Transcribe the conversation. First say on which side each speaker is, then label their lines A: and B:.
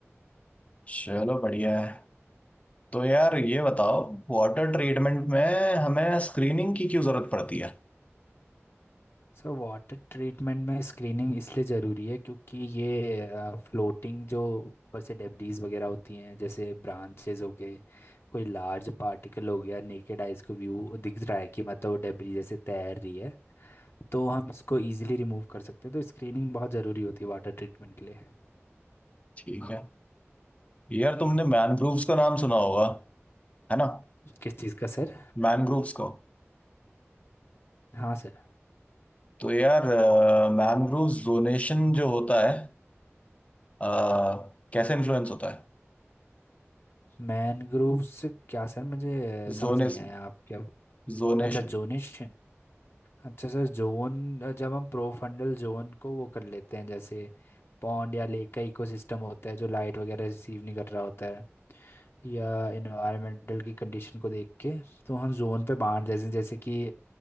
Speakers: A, on the left; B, on the left.
A: चलो बढ़िया है तो यार ये बताओ वाटर ट्रीटमेंट में हमें स्क्रीनिंग की क्यों जरूरत पड़ती है
B: सो वाटर ट्रीटमेंट में स्क्रीनिंग इसलिए ज़रूरी है क्योंकि ये फ्लोटिंग जो ऊपर से डेब्रीज वगैरह होती हैं जैसे ब्रांचेज हो गए कोई लार्ज पार्टिकल हो गया नेकेड आइज को व्यू दिख रहा है कि मतलब वो डेब्रीज जैसे तैर रही है तो हम इसको इजीली रिमूव कर सकते हैं तो स्क्रीनिंग बहुत ज़रूरी होती है वाटर ट्रीटमेंट के लिए
A: ठीक है यार तुमने मैनग्रोव्स का नाम सुना होगा है ना
B: किस चीज़ का सर
A: मैनग्रोव्स को
B: हाँ सर
A: तो यार मैनग्रोव्स जोनेशन जो होता है अ, कैसे इन्फ्लुएंस होता है
B: मैनग्रोव्स क्या सर मुझे अ, समझ
A: जोनेस
B: नहीं आया आप क्या
A: जोनेशन
B: अच्छा जोनिश अच्छा सर जोन अ, जब हम प्रोफंडल जोन को वो कर लेते हैं जैसे पॉन्ड या लेक का इकोसिस्टम होता है जो लाइट वगैरह रिसीव नहीं कर रहा होता है या इन्वायरमेंटल की कंडीशन को देख के तो हम जोन पे बांट देते हैं जैसे कि